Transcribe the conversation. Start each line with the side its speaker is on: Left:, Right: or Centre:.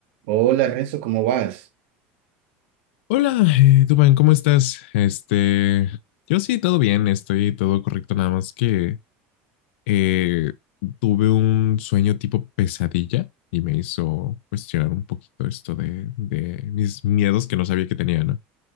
Right: Hola Renzo, ¿cómo vas?
Left: Hola, eh, Dubán, ¿cómo estás? Este, yo sí, todo bien, estoy todo correcto, nada más que eh, tuve un sueño tipo pesadilla y me hizo cuestionar un poquito esto de, de mis miedos que no sabía que tenía, ¿no?